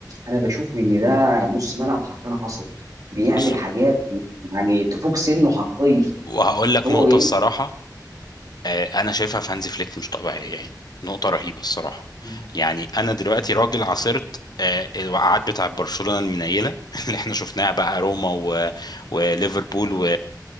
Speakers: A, on the right; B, on the left.
A: انا بشوف ان ده نص ملعب حرفيا حصري بيعمل
B: بص
A: حاجات يعني تفوق سنه حرفيا
B: وهقول لك
A: هو
B: نقطه الصراحه آه، انا شايفها في هانزي فليك مش طبيعيه يعني نقطه رهيبه الصراحه
A: يمكن
B: يعني انا دلوقتي راجل عاصرت آه، الوقعات بتاع برشلونه المنيله <laughs> اللي احنا شفناها بقى روما و... وليفربول و...